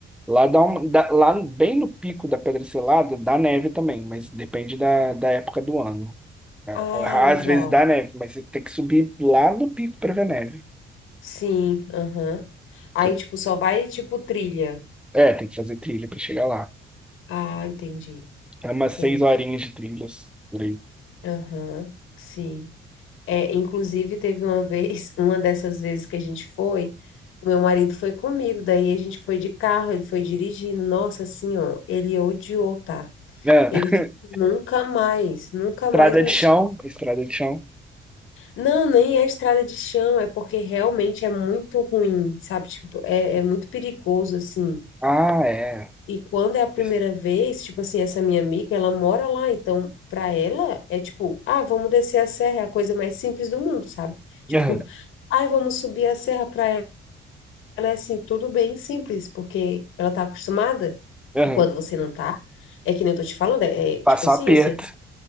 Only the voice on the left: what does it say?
Ah,
legal.
Sim, aham. Aí,
tipo, só vai, tipo, trilha.
Ah, entendi.
Tem.
Aham, sim. É, inclusive, teve uma vez, <laughs> uma dessas vezes que a gente foi, o meu marido foi comigo, daí a gente foi de carro, ele foi dirigindo. Nossa, assim, ó, ele odiou, tá?
Ele disse,
nunca mais, nunca
mais me
chama.
Não, nem é estrada de chão, é porque realmente é muito ruim, sabe? Tipo, é, é muito perigoso, assim.
E quando é a primeira
vez, tipo assim, essa minha amiga, ela mora lá, então pra ela é tipo, ah, vamos descer a serra, é a coisa mais simples do mundo, sabe? <laughs> Tipo,
ai, vamos subir a serra pra ela, é assim, tudo bem simples, porque ela tá acostumada.
E quando você não tá, é que nem eu tô te falando, é é,
tipo assim,
você